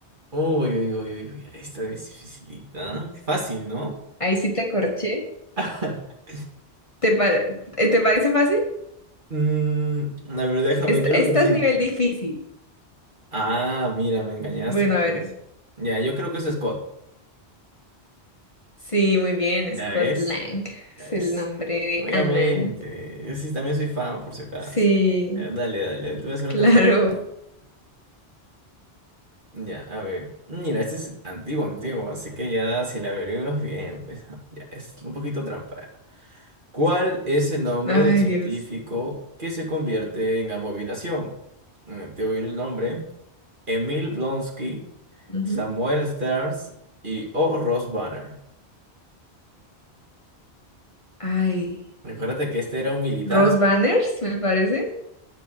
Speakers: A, on the right; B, on the left.
A: Uy, uy, uy, uy, uy, esta es dificilita. Fácil, ¿no?
B: Ahí sí te corché.
A: <laughs>
B: ¿Te, pa- eh, ¿te parece fácil?
A: Mm, a ver, déjame,
B: Esta,
A: creo
B: esta
A: que sí.
B: es nivel difícil.
A: Ah, mira, me engañaste
B: Bueno,
A: entonces.
B: a ver.
A: Ya, yo creo que eso es Scott.
B: Sí, muy bien,
A: ¿Ya
B: Scott
A: ves?
B: Lang.
A: Ya
B: Es
A: ves.
B: el nombre de
A: Obviamente.
B: Ant-Man.
A: Yo sí también soy fan, por si acaso.
B: Sí,
A: Ya, dale, dale, te voy a hacer
B: <laughs>
A: otra pregunta.
B: claro.
A: Ya, a ver. Mira, este es antiguo, antiguo, así que ya si la averiguas bien, pues ya, es un poquito trampa. ¿Cuál es el nombre
B: Ay,
A: del científico
B: Dios.
A: que se convierte en abominación? Mm, Te voy a ir el nombre. Emil Blonsky,
B: Ujú.
A: Samuel Stearns y O. Ross Banner.
B: Ay,
A: Recuérdate que este era un militar.
B: Rose Banners, me parece.